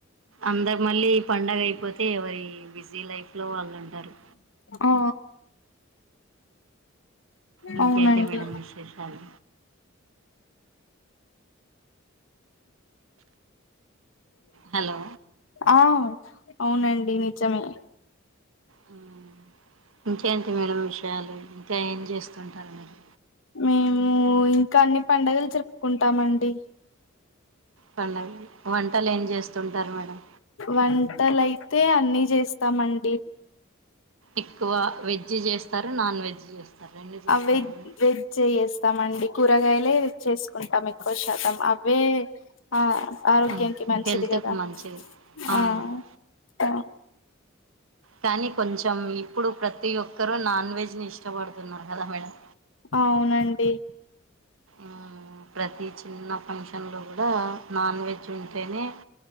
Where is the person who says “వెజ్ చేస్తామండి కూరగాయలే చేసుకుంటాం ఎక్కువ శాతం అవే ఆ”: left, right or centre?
Left